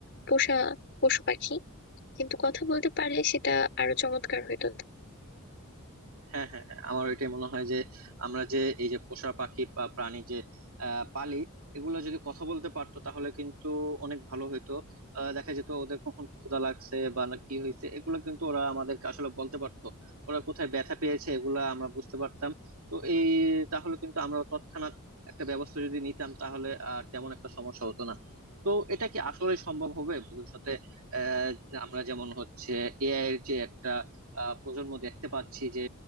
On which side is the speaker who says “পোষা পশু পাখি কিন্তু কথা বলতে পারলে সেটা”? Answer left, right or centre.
Left